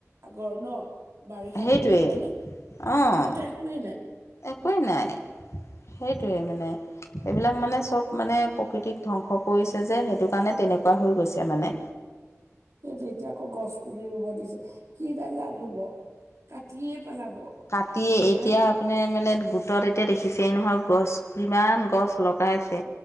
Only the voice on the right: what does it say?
আগৰ ন' বাৰিষা
বুলি কলে
এতিয়াতো একোৱেই নাই।
সেই এতিয়া আকৌ গছ পুলি ৰুব দিছে, কিডাল লাভ হব কাটিয়ে পেলাব।
হা